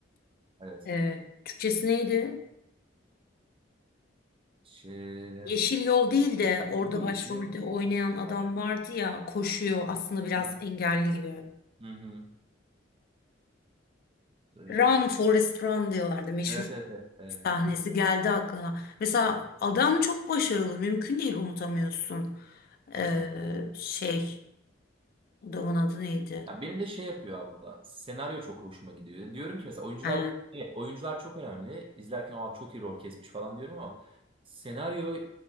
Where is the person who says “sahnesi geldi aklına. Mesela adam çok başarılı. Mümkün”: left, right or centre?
Left